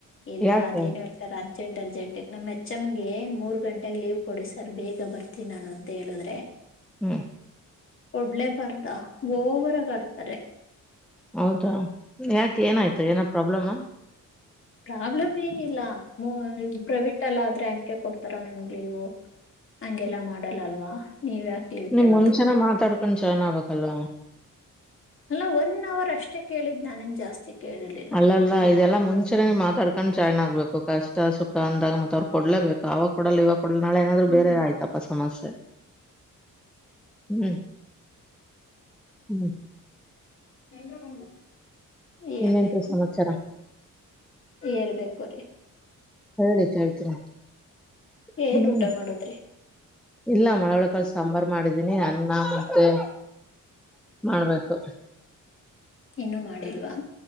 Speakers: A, on the left; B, in the centre.
A: ಎಲ್ಲಾ
B: ಯಾಕೆ
A: ಅದೇನು ಹೇಳ್ತಾರ ಹೆ ಎಂಟರ್ಜೆಂಟ್ ನಮ್ ಹೆಚ್ಮ್ಗೆ ಮೂರ್ ಗಂಟೆಗೆ ಲೀವ್ ಕೊಡಿ ಸರ್ ಬೇಗ ಬರ್ತೀಿ ನಾನು ಅಂತ ಹೇಳಿದ್ರೆ
B: ಹ್ಮ
A: ಒಡ್ಲೆ ಬರ್ದ ಓವರಗಡ್ತಾರೆ
B: ಹೌದಾ ಯಾಕೆ ಏನಾಯ್ತು ಏನಾದ ಪ್ರಾಬ್ಲಮ
A: ಪ್ರಾಬ್ಲಮ್ ಏನಿಲ್ಲ ಪ್ರೈವಟ್ ಇಲ್ಲ ಆದ್ರೆ ಹಂಗೆ ಕೊಡ್ತಾರ ನಿಮ್ಗೆ ಲೀವು ಹಂಗೆಲ್ಲಾ ಮಾಡಲ್ಲ ಅಲ್ವಾ ನೀವ್ ಯಾಕೆ ಲೀವ್
B: ನೀಮ್
A: ಕೇಳೋದು
B: ಮುಂಚೆನ ಮಾತಾಡ್ಕೊಂಡ್ ಚನ್ ಆಗ್ಬೇಕ್ಲ್ವಾ
A: ಅಲ್ಲ ಒನ್ ಅವರ್ ಅಷ್ಟೇ ಕೇಳಿದ್ ನಾನ್ ಜಾಸ್ತಿ ಕೇಳಿರ್ಲಿಲ್ಲ
B: ಅಲ್ಲ ಅಲ್ಲ ಇದೆಲ್ಲಾ ಮುಂಚೆ ಮಾತಾಡ್ ಹಕಂಡ್ ಚಾಯ್ನ್ ಆಗ್ಬೇಕು ಕಷ್ಟ ಸುಖ ಅಂದಾಗ ಮತ್ತೆ ಅವ್ರು ಕೊಡ್ಲೇಬೇಕು ಆ ಅವಾಗ ಕೊಡಲ್ಲ ಇವಾಗ ಕೊಡಲ್ ನಾಳೆ ನಾದ್ರು
A: ಹ್ಮ್
B: ಬೇರೆ ಆಯ್ತಾ ಸಮಸ್ಯೆ ಹ್ಮ್ ಹ್
A: ಎ ಒಂದ ಹೇಳ್ಬೇಕು
B: ಇನ್ನೇನ್ರೀ ಸಮಾಚಾರ
A: ಹೇಳ್ಬೇಕು್ರೀ
B: ಹೇಳಿ ಕೇಳ್ತೀರಾ
A: ಏನ್
B: ಹ್ಮ್
A: ಊಟ ಮಾಡುದ್ರಿ
B: ಇಲ್ಲ ಮಳೆ ಒಳ ಕಲ್ ಸಾಂಬಾರ್ು ಮಾಡಿದ್ ನಿ ಅನ್ನ ಮ್ದೆ ಮಾಡ್ಬೇಕು
A: ಇನ್ನುೂ ಮಾಡಿಲ್ವವಾ